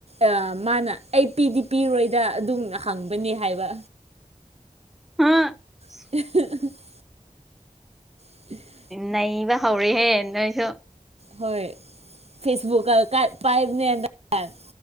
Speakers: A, on the right; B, in the centre.
A: ꯑ ꯃꯥꯅ ꯑꯩ ꯄꯤꯗꯤ ꯄꯤꯔꯣꯏꯗ ꯑꯗꯨꯝꯅ ꯍꯪꯕꯅꯦ ꯍꯥꯏꯕ
B: <unintelligible>
A: <inaudible> <inaudible>
B: ꯅꯩꯕ ꯍꯧꯔꯦꯍꯦ ꯅꯣꯏꯁꯨ
A: ꯍꯣꯏ ꯐꯦꯁꯕꯨꯛꯀ ꯄꯥꯏꯕꯅꯦ ꯍꯟꯗꯛ ꯀꯥꯟꯅ